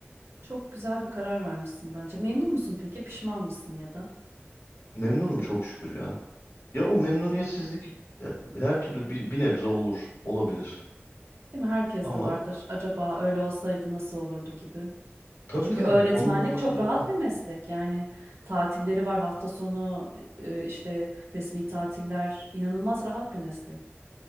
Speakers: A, on the right; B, on the left.
A: Çok güzel bir karar vermişsin bence. Memnun musun peki? Pişman mısın ya da?
B: Memnunum çok şükür ya. Ya o memnuniyetsizlik e, her türlü bir, bir nebze olur, olabilir.
A: Değil mi? Herkes
B: Ama
A: de vardır. Acaba öyle olsaydı nasıl olurdu gibi.
B: tabii
A: Çünkü
B: tabii
A: öğretmenlik
B: onun olması
A: çok
B: normal.
A: rahat bir meslek. Yani tatilleri var hafta sonu e, işte resmi tatiller inanılmaz rahat bir meslek.